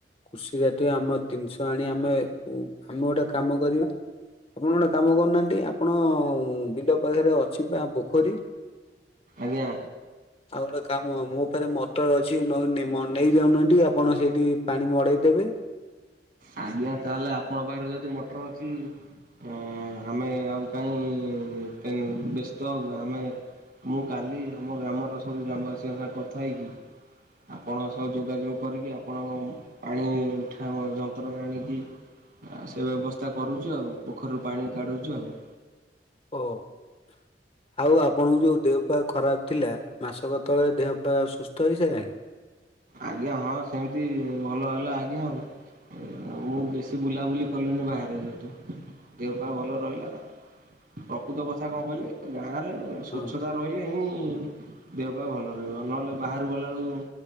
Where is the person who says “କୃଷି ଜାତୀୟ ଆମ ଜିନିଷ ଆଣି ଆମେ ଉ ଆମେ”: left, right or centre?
Left